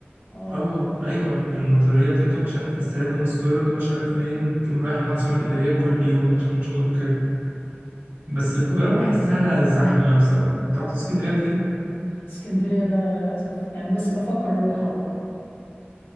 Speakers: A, on the left; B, on the right.
A: اه
B: اه ايوه من المطريه بتركب مش عارف السلام لمسترد ومش عارف منين تقوم رايح العاصمه الاداريه كل يوم بقى عشان شغل وكده بس القاهره بحسها زحمه بصراحه انت رحت اسكندريه قبل كده
A: اسكندريه لا للاسف يعني بس بفكر اروحها برضه